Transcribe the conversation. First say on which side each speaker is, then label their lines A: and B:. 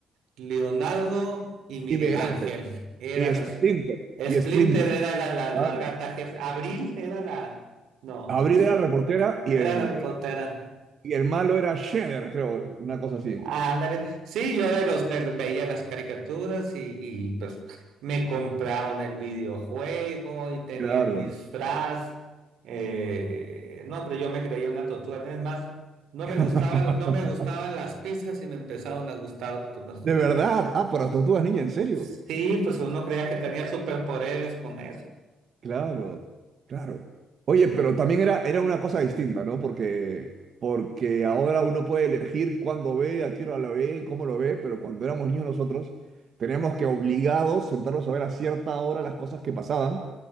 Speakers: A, on the right (about 80°); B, on the right (about 55°).
A: Leonardo y Miguel
B: Y Miguel
A: Ángel
B: Ángel,
A: eran
B: y Splinter,
A: los. Splinter
B: y Splinter,
A: era la, la,
B: claro.
A: la gata jefe. Abril era la. No,
B: Abril
A: ¿cómo
B: era reportera
A: Era
B: y el,
A: la reportera.
B: y el malo era Shredder, creo, una cosa así.
A: Ándale. Sí, yo de los ve- veía las caricaturas y, y, pues me compraron el videojuego y tenía
B: Claro.
A: el disfraz. Eh, no, pero yo me creía una tortuga. Es más, no me gustaba,
B: <laughs>
A: no me gustaban las pizzas y me empezaron a gustar por las tortugas.
B: De verdad, ah, por las tortugas ninja, ¿en serio?
A: Sí, pues uno creía que tenía superpoderes con eso.
B: Claro, claro. Oye, pero también era, era una cosa distinta, ¿no? Porque, porque ahora uno puede elegir cuándo ve, a qué hora lo ve, cómo lo ve, pero cuando éramos niños nosotros teníamos que obligados sentarnos a ver a cierta hora las cosas que pasaban